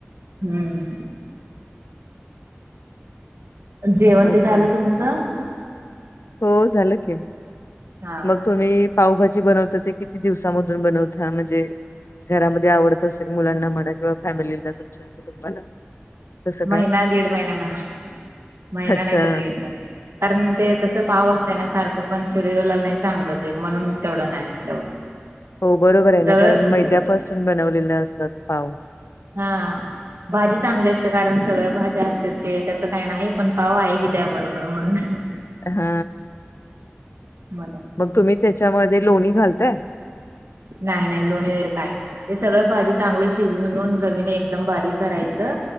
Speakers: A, on the right; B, on the left.
A: हम्म. जेवण
B: अच्छा
A: ते झालं तुमचं?
B: हो झालं के
A: हा
B: मग तुम्ही पावभाजी बनवता ते किती दिवसामधून बनवता म्हणजे घरामध्ये आवडत असेल मुलांना म्हणा किंवा फॅमिलीला तुमच्या कुटुंबाला कसं
A: महिना
B: काय?
A: दीड महिन्या ना महिना
B: अच्छा
A: नाही तर दीड महिना कारण ते कसं पाव असते ना सारखं पण शरीराला नाही चांगलं ते म्हणून तेवढं नाही तेवढं.
B: हो बरोबर आहे ना
A: सगळं
B: कारण मैद्यापासून बनवलेले असतात पाव
A: हा. भाजी चांगली असते कारण सगळ भाज्या असते ते त्याचं काही नाही पण पाव आहे की त्याबरोबर म्हणून
B: हा
A: म्हणून
B: मग तुम्ही त्याच्यामध्ये लोणी घालताय.
A: नाही नाही लोणी वगैरे काही नाही ते सगळं भाजी चांगली शिजून घेऊन रवीने. एकदम बारीक करायचं